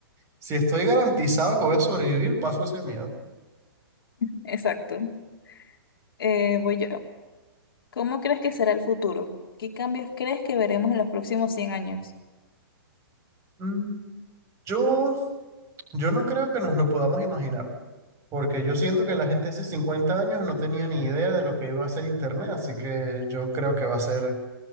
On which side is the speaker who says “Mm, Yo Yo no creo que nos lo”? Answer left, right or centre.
Right